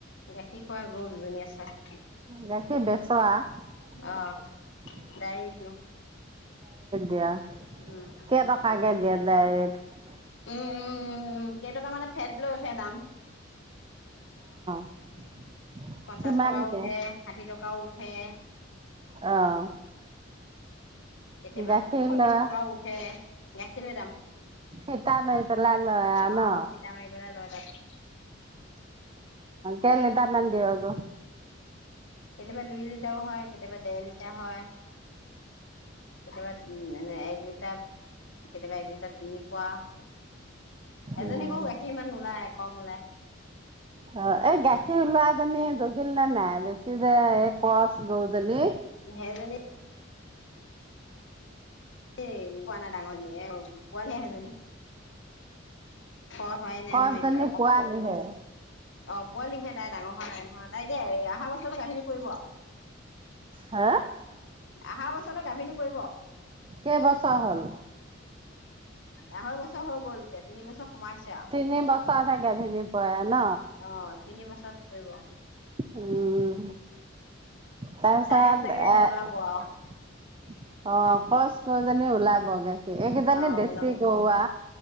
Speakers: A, on the left (about 65°); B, on the right (about 25°).
A: গাখীৰ খোৱা গৰু দুজনী আছে।
B: গাখীৰ বেচ আও? <unintelligible>
A: অ ডায়েৰী দিওঁ
B: দিয়া,
A: উম
B: কেইটকাকে দিয়ে ডায়েৰীত?
A: উম উম উম উম কেইটকা মানে ফেট হে দাম
B: <inaudible>
A: পঞ্চাশ
B: কিমানকে
A: টকাও উঠে, ষাঠি টক অ' উঠে
B: আহ
A: কেতিয়াবা
B: গাখীৰ
A: চল্লিশ
B: ল
A: টকাও উঠে গাখীৰৰ দাম
B: ফিটা মাৰি পেলাই লৈ আ ন
A: অ ফিটা মাৰি <unintelligible>
B: কেই লিটাৰ মান দিও আকৌ
A: কেতিয়াবা দুই লিটাৰও হয় কেতিয়াবা দেৰ লিটাৰ হয় কেতিয়াবা এ দুই কাপ কেতিয়াবা এক লিটাৰ তিনি পোৱা
B: উম
A: এজনী বাৰু গাখীৰ ইমান নলাই কম ওলাই
B: অ এ গাখীৰ কিলোৱাজানে জনী যোগিল না নাই বেছি পিছে যে এই কোৱাস গৰু জনী।
A: সেইজনী এ পোৱাই নাই ডাঙৰ এয়া পোৱালি সেই জনী খোৱা হোৱাই নাই
B: কচজনী
A: নহয় এতিয়া,
B: পোৱালিহে
A: অ পোৱালিহে। তাই ডাঙৰ হোৱা নাই নহয়, তাই যে অহা বছৰ গাখিৰ খিনি পৰিব <inaudible>
B: হা
A: অহা বছৰলৈ গাভিনী পৰিব
B: কেই বছাৰ হ'ল
A: আঢ়ৈ বছৰ হৈ গ'ল এতিয়া তিনি বছৰ সোমাইছে আৰু
B: তিনি বছৰতহে গাভিনী পৰে ন
A: কৰিবৱ
B: উম তাৰপিছত
A: তাই চাগে
B: আহ
A: ওলাব আৰু
B: অ কপচ গজনী ওলাবগে কি এইকেইজনানী
A: অ
B: দেশী
A: ওলাব
B: গৰুৱা